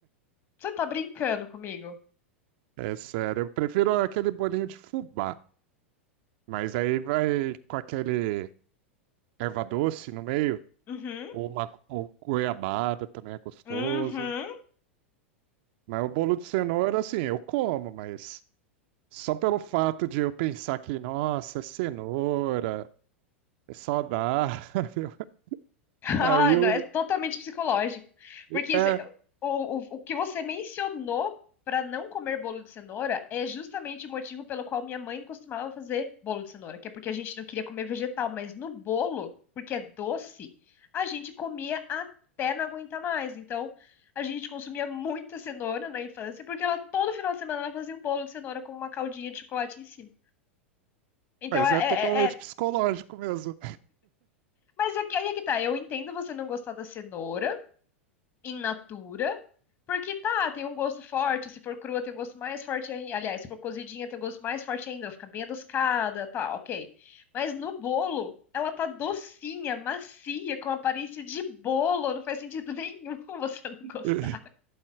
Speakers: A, on the left; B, on the right.
A: você tá brincando comigo?
B: É sério, eu prefiro aquele bolinho de fubá. Mas aí vai com aquele erva doce no meio,
A: Uhum,
B: ou uma ou goiabada também é gostoso.
A: uhum.
B: Mas o bolo de cenoura, assim, eu como, mas. Só pelo fato de eu pensar que, nossa, é cenoura, é saudável. <laughs>
A: <laughs>
B: Aí
A: Ah, não,
B: o.
A: é totalmente psicológico. Porque
B: o-
A: isso
B: É,
A: é- o, o, o que você mencionou para não comer bolo de cenoura é justamente o motivo pelo qual minha mãe costumava fazer bolo de cenoura, que é porque a gente não queria comer vegetal, mas no bolo, porque é doce, a gente comia até não aguentar mais. Então, a gente consumia muita cenoura na infância, porque ela todo final de semana ela fazia um bolo de cenoura com uma caldinha de chocolate em cima. Então,
B: mas
A: é,
B: é totalmente
A: é, é... é,
B: psicológico mesmo.
A: Mas é que- aí é que tá, eu entendo você não gostar da cenoura, in natura, porque tá, tem um gosto forte, se for crua tem um gosto mais forte ainda, aliás, se for cozidinha tem um gosto mais forte ainda, ela fica bem adocicada, tá, ok. Mas no bolo, ela tá docinha, macia, com aparência de bolo, não faz sentido nenhum <laughs> você não gostar.
B: <laughs>